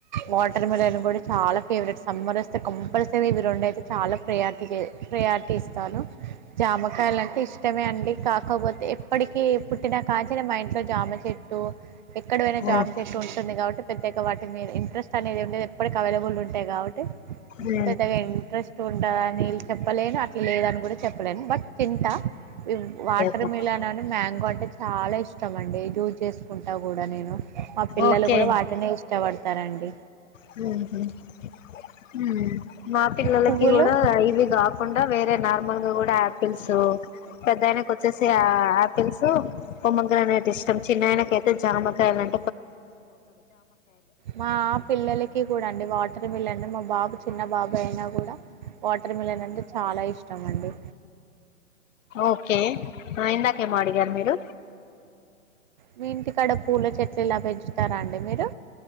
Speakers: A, on the right; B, on the left.
A: వాటర్ మెలన్ కూడా చాలా ఫేవరెట్, సమ్మర్ వస్తే కంపల్సరీ ఇవి రెండు అయితే చాలా ప్రయారిటీ ప్రయారిటీ ఇస్తాను. జామకాయలు అంటే ఇష్టమే అండి, కాకపోతే ఎప్పటికి పుట్టినా కాంచీ నేన్ మ ఇంట్లో జామ చె ట్టు ఎక్కడ పోయినా
B: ఉమ్
A: జామ్ చెట్టు ఉంటుంది కాబట్టి పెద్దగా వా మీరు ఇంట్రెస్ట్ అనేది ఉండేది ఎప్పటికి అవైబుల్ ఉంటాయి కా
B: ఓకే
A: పెద్దగా ఇంట్రెస్ట్ ఉంటదని ఎల్ చెప్పలేను అట్ల లేదని కూడా చెప్పలేన్ బట్ తింటా వి వాటర్
B: ఓకే
A: మిలాన్ అని మ్యాంగో న్ అంటే చాలా ఇష్టం అండి జూస్ చేసుకుంటా కూడా నేను మా పిల్లలు
B: ఓకే
A: కూడా వాటినే ఇష్టపడతారండి
B: హు హుమ్ హ్మ్ మా పిల్లలకి
A: పువ్వులు
B: కూడా ఇవి కాకుండా వేరే నా కొమ్మగా కూడా ఆపిల్స్, పెద్ద ఆయనకి వచ్చేసి ఆపిల్స్, పొమ్మోగ్రానేట్ ఇష్టం, చిన్న ఆయనకయితే జామకాయల న్
A: మా పిల్లలకి కూడా అండి వాటర్ మిలన్ మా బాబు చిన్న బాబు అయినా కూడా వాటర్ మిలన్ అంటే చాలా ఇష్టం అండి
B: ఓకే ఆ ఇందాక ఏమో మీరు
A: మీ ఇంటికాడ పూల చెట్లులా పెంచుతారా అండి మీరు